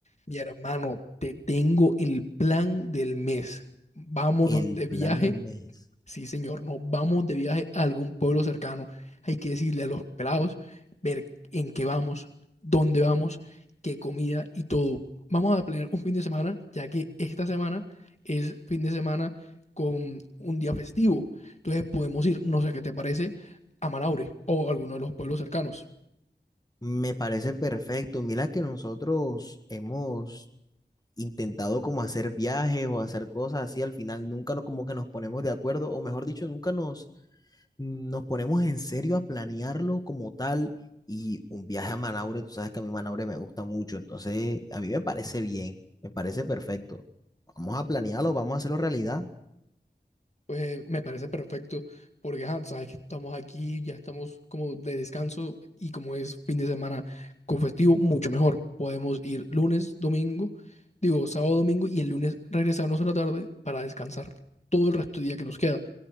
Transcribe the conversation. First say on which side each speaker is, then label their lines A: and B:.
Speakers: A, on the left; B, on the left.
A: Mi hermano, te tengo el plan del mes. Vámonos
B: El
A: de viaje.
B: plan del mes.
A: Sí, señor, nos vamos de viaje a algún pueblo cercano. Hay que decirle a los pelados, ver en qué vamos, dónde vamos, qué comida y todo. Vamos a planear un fin de semana, ya que esta semana es fin de semana con un día festivo. Entonces podemos ir, no sé qué te parece, a Manaure o alguno de los pueblos cercanos.
B: Me parece perfecto. Mira que nosotros hemos intentado como hacer viajes o hacer cosas así, al final nunca no- como que nos ponemos de acuerdo, o mejor dicho, nunca nos, nos ponemos en serio a planearlo como tal. Y un viaje a Manaure, tú sabes que a mí Manaure me gusta mucho, entonces a mí me parece bien, me parece perfecto. Vamos a planearlo, vamos a hacerlo realidad.
A: Pues me parece perfecto, porque ajá, sabes que estamos aquí, ya estamos como de descanso y como es fin de semana con festivo, mucho mejor. Podemos ir lunes, domingo, digo sábado, domingo y el lunes regresarnos a la tarde para descansar todo el resto del día que nos queda.